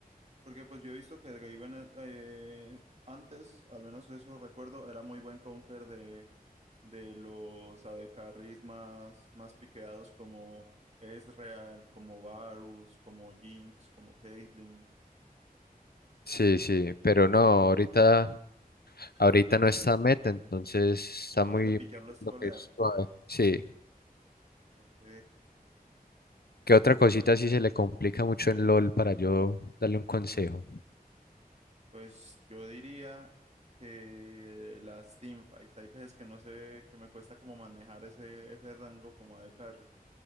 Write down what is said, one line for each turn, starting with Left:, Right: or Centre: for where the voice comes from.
Right: Porque pues yo he visto que Draven eh, eh, antes, al menos eso recuerdo, era muy buen counter de, de los AD carries más, más piqueados como Ezreal, como Varus, como Jinx, como Caitlyn.
Left: Sí, sí, pero no, ahorita, ahorita no está meta, entonces está
Right: Ahorita
Left: muy
Right: piquearlo es
Left: lo
Right: trolear.
Left: que es suave. Sí.
Right: Ok,
Left: ¿Qué otra cosita sí se le complica mucho en LoL para yo darle un consejo?
Right: pues yo diría que las teamfights, hay veces que no sé, que me cuesta como manejar ese, ese rango como AD carry